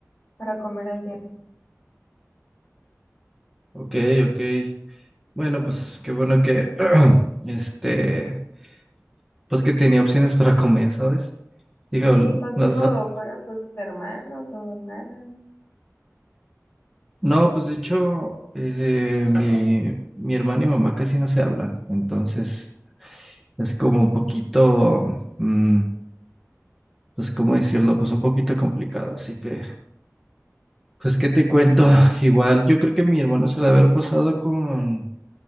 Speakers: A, on the left; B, in the centre.
A: para comer allá.
B: Ok, ok. Bueno, pues qué bueno que, <clears throat> este, pues que tenía opciones para comer, ¿sabes? Dije,
A: Sí,
B: "Ol-
A: contigo
B: las- a-".
A: fueron tus hermanos o hermanas.
B: no, pues de hecho, eh, mi, mi hermana y mamá casi no se hablan, entonces es como un poquito, mm, pues cómo decirlo, pues un poquito complicado, así que, pues qué te cuento, <laughs> igual yo creo que mi hermano se la debe haber pasado con...